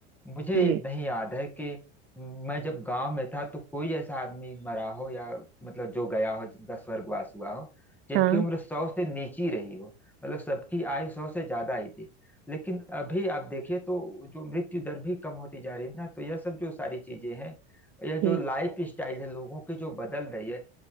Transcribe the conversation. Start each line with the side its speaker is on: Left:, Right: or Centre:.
Centre: मुझे
Right: जी
Centre: नहीं याद है कि मैं जब गांव में था तो कोई ऐसा आदमी मरा हो या मतलब जो गया हो जिनका स्वर्गवास हुआ हो जिनकी
Right: हाँ
Centre: उम्र सौ से नीची रही हो मतलब सबकी आयु सौ से ज्यादा ही थी लेकिन अभी आप देखिए तो जो मृत्यु दर भी कम होती जा रही है ना तो यह सब जो सारी चीजें हैं यह
Right: जी
Centre: जो लाइफ स्टाइल है लोगों की जो बदल रही है